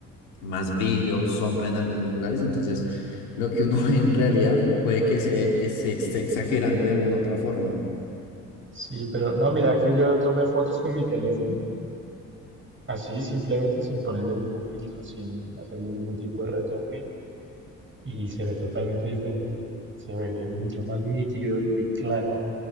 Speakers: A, on the left (about 75°); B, on the right (about 30°).
A: más brillo, sombra en algunos lugares, entonces lo que uno ve en realidad puede que se, se esté exagerando de alguna otra forma.
B: sí, pero no, mira que yo tomé fotos con mi teléfono, así simplemente sin ponerle ningún filtro, sin hacerle ningún tipo de retoque y se ve totalmente diferente. Se ve mucho más nítido, es muy claro,